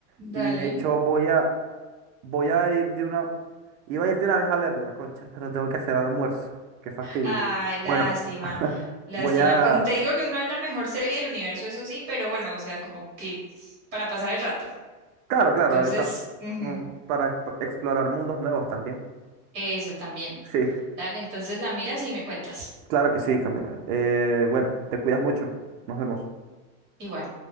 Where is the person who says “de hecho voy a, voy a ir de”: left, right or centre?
Right